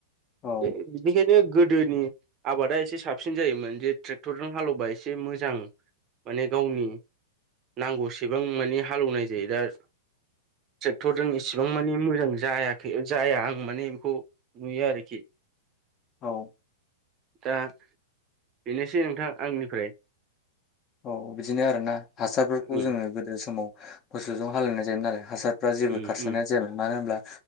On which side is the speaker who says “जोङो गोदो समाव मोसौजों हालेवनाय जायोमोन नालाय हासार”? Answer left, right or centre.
Left